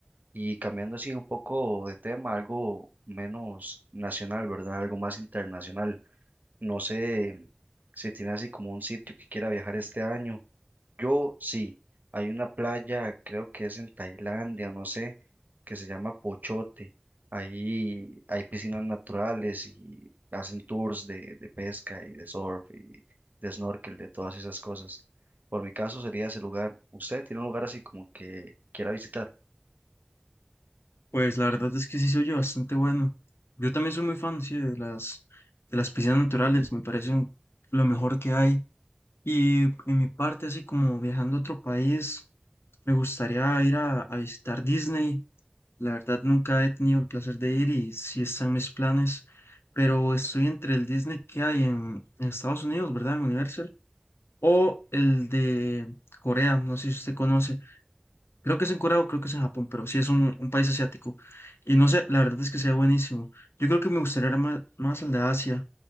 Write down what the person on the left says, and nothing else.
Pues la verdad es que sí se oye bastante bueno. Yo también soy muy fan, sí, de las, de las piscinas naturales, me parecen lo mejor que hay. Y en mi parte, así como viajando a otro país, me gustaría ir a, a visitar Disney La verdad, nunca he tenido el placer de ir y sí están mis planes, pero estoy entre el Disney que hay en, en Estados Unidos, ¿verdad? En Universal, o el de Corea, no sé si usted conoce. Creo que es en Corea o creo que es en Japón, pero sí es un, un país asiático. Y no sé, la verdad es que sea buenísimo. Yo creo que me gustaría más, más al de Asia